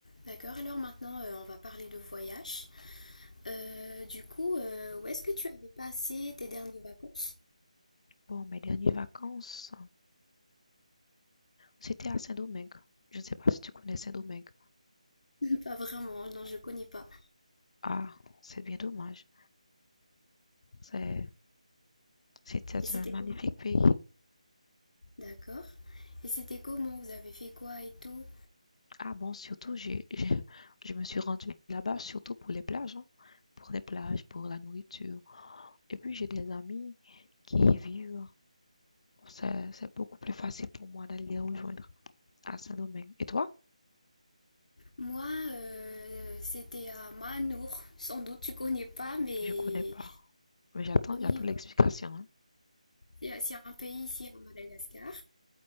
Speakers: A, on the left; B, on the left.
A: D'accord, alors maintenant euh, on va parler de voyage. Euh, du coup, euh, où est-ce que tu avais passé tes dernières vacances?
B: Bon, mes dernières vacances, c'était à Saint-Domingue. Je ne sais pas si tu connais Saint-Domingue.
A: <laughs> Pas vraiment, hein, non, je connais pas.
B: Ah, c'est bien dommage. C'est, c'était
A: Et c'était
B: un magnifique
A: comment?
B: pays.
A: D'accord. Et c'était comment? Vous avez fait quoi et tout?
B: Ah bon, surtout, j'ai, j'ai- je me suis rendue là-bas surtout pour les plages, hein. Pour les plages, pour la nourriture. Et puis, j'ai des amis qui y vivent. C'est, c'est beaucoup plus facile pour moi d'aller les rejoindre à Saint-Domingue. Et toi?
A: Moi, euh, c'était à Manour. Sans doute tu connais pas, mais
B: Je connais pas. Mais j'attends,
A: oui,
B: j'attends
A: voilà.
B: l'explication, hein.
A: C'est c'est un pays ici à Madagascar.